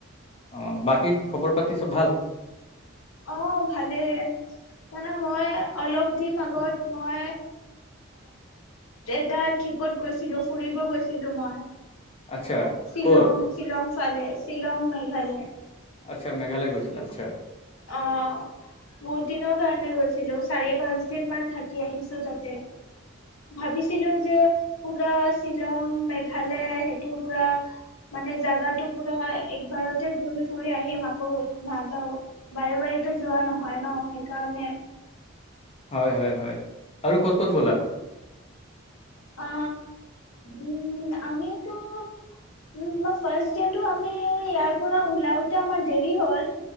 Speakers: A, on the left; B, on the left.
A: অ বাকী খবৰ পাতি চব ভাল
B: অ ভালেই তানে মই অলপ দিম আগত মই এটা ট্ৰিপত গৈছিলো ফুৰিব গৈছিলো মই
A: আচ্ছা
B: শ্বিলং
A: ক'ত
B: শ্বিলং ফালে শ্বিলং মেঘালয়
A: আচ্ছা মেঘালয় গৈছিলা আচ্ছা
B: অ বহুত দিনৰ কাৰণে গৈছিলো চাৰি পাঁচ দিন মান থাকি আহিছো তাতে ভাবিছিলো যে পুৰা শ্বিলং মেঘালয় সেইটো পুৰা মানে জাগাটো পুৰা একবাৰতে ঘূৰি ঘূৰি আহি ম আকৌ নাযাও বাৰে বাৰেটো যোৱা নহয় ন সেইকাৰণে
A: হয় হয় হয় আৰু ক'ত ক'ত গ'লা
B: অ উম আমিতো উম ফাৰ্ষ্ট ডেটো আমি ইয়াৰ পৰা ওলাওতে আমাৰ দেৰি হ'ল